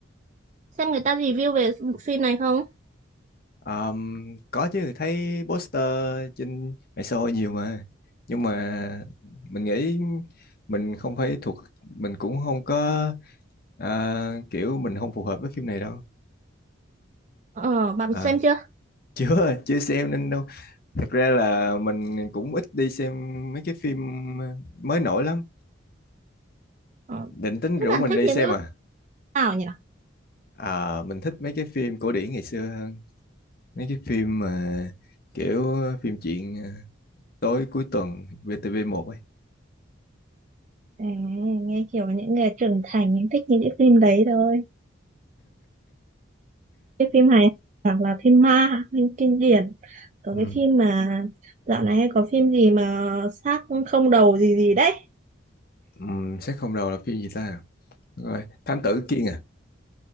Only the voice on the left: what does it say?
Ờm, có chứ, thấy poster trên mạng xã hội nhiều mà. Nhưng mà mình nghĩ mình không phải thuộc, mình cũng không có à, kiểu mình không phù hợp với phim này đâu.
À,
chưa, <laughs> chưa xem nên đâu. Thật ra là mình cũng ít đi xem mấy cái phim ờ, mới nổi lắm
định tính
rủ
mình
đi
xem
à
à mình thích mấy cái phim cổ điển ngày xưa hơn mấy cái phim mà kiểu phim chuyện ờ, tối cuối tuần vtv một ấy
ừ.
Ừ, xét không đầu là phim gì ta Đúng rồi Thám tử Kiên à